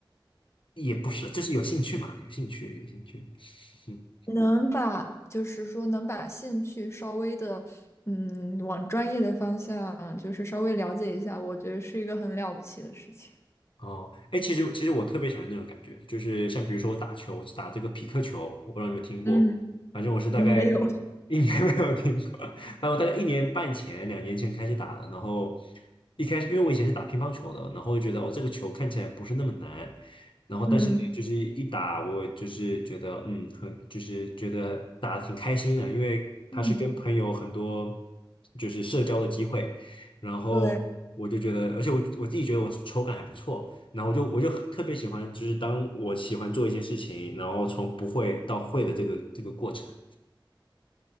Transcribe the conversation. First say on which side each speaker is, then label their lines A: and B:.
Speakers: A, on the left (about 75°); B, on the left (about 30°).
A: 也不是，就是有兴趣嘛，有兴趣，有兴趣。<laughs>
B: 能把就是说能把兴趣稍微的，嗯，往专业的方向就是稍微了解一下，我觉得是一个很了不起的事情。
A: 哦，哎，其实其实我特别喜欢那种感觉，就是像比如说我打球打这个匹克球，我不知道你有没有听过，
B: 嗯，
A: 反正我是大概一年
B: 嗯没有，
A: <laughs> 没有听过，反正我大概一年半前、两年前开始打的，然后一开始因为我以前是打乒乓球的，然后觉得哦这个球看起来不是那么难，然后但是呢就是一打我就是觉得嗯很就是觉得打的挺开心的，
B: 嗯
A: 因为它是跟朋友很多
B: 嗯，
A: 就是社交的机会，然后。
B: 对，
A: 我就觉得，而且我我自己觉得我手感还不错，然后我就我就特别喜欢，就是当我喜欢做一件事情，然后从不会到会的这个这个过程。